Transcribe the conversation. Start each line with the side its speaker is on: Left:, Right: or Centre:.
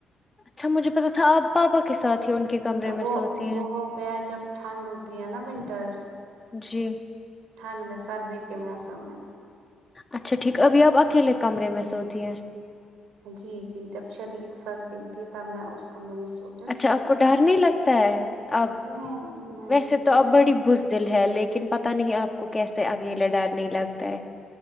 Left: اچھا مجھے پتتا تھا آپ پاپا کے ساتھ ہی ان کے کمرے
Right: وہ
Left: میں سوتے
Right: وہ
Left: ہیں
Right: ہو جب ٹھنڈ ہوتی ہے نا ونٹرس
Left: جی
Right: ٹنڈ میں سردی کے موسم میں
Left: اچھا ٹھیک ابھی آپ اکیلے کمرے میں سوتی ہیں
Right: جی جی جب شدید سردی ہوتی ہے تب میں اس کمرے میں سو
Left: اچھا آپ کو ڈر نہیں لگتا ہے اب
Right: نہیں نہیں
Left: ویسے
Right: نہیں
Left: تو
Right: مگر
Left: اپ بڑی بز ہے لیکن پت نہیں آپ کو کیسے اکیلا ڈرنے لگتا ہے